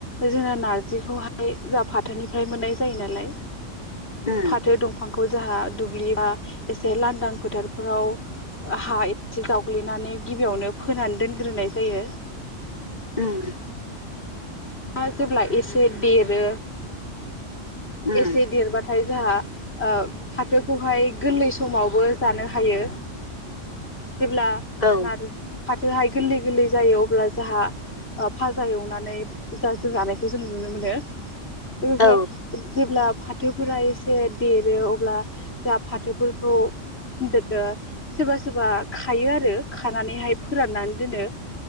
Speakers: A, on the left (about 55°); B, on the left (about 30°).
A: जोंना नारजिखौहाय जोंहा फाथोनिफ्राय मोननाय जायो नालाय
B: उम
A: फाथो दंफां खौ जोंहा दुब्लि बा एसे लांदां फोथारफोराव हा एसे जावग्लिनानै गिबियावनो फोनानै दोनग्रोनाय जायो।
B: उम
A: आ जेब्ला एसे देरो
B: उम
A: एसे देरबा नाथाय जोंहा आ फाथोखौहाय गोरलै समावबो जानो हायो। जेब्ला
B: औ
A: नारजि फाथोहाय गोरलै गोरलै जायो अब्ला जोंहा आ फाजा एवनानै जा जों जानायखौ जों नुनो मोनो लोगोसे
B: औ
A: जेब्ला फाथोफोरा एसे देरो अब्ला जा फाथोफोरखौ <unintelligible> सोरबा सोरबा खायो आरो खानानैहाय फोराननानै दोनो